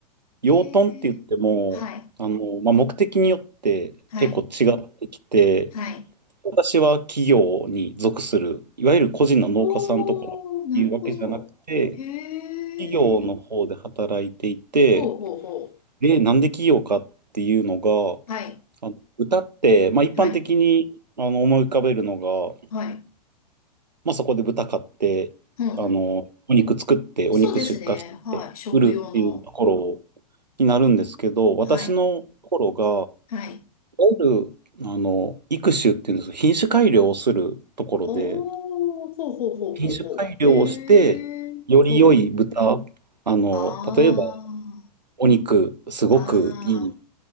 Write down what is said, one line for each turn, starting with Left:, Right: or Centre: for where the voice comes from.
Right: 養豚って言っても、
Left: へえ、はい、
Right: あの、まあ、目的によって結構違ってきて、
Left: はい、はい。
Right: 私は企業に属する、いわゆる個人の農家さんとかっていうわけじゃなくて、
Left: おー、なるほど。へえ、
Right: 企業の方で働いていて、
Left: ほうほうほ
Right: で、なんで企業かっていうのが、
Left: う。はい、
Right: あの、歌って、まあ、一般的にあの思い浮かべるのが、
Left: はい、はい。
Right: まあ、そこで豚買って、
Left: ふんふんふん。
Right: あの、お肉作って、
Left: そうですね。
Right: お肉出荷して、
Left: はい、食用の。
Right: 売るっていうところになるんですけど、私のところが、
Left: はい、はい。
Right: いわゆる、あの、育種っていうんですか、品種改良をするところで、
Left: おー、ほうほうほうほうほう。
Right: 品種改良をして、
Left: へえ、
Right: より良い豚、
Left: ほう。
Right: あの、
Left: あ
Right: 例えば、お肉、すごくいい
Left: あ、